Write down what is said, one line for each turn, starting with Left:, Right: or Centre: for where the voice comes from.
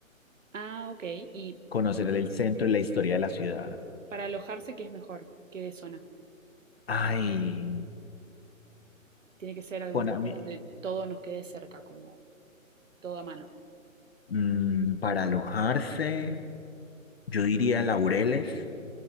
Right: Ah, ok. ¿Y
Left: Conocer el centro y la historia de la ciudad.
Right: para alojarse qué es mejor? ¿Qué zona?
Left: Ay,
Right: Tiene que ser algún
Left: bueno,
Right: lugar
Left: a mí,
Right: donde todo nos quede cerca, como todo a mano.
Left: mm, para alojarse, yo diría Laureles.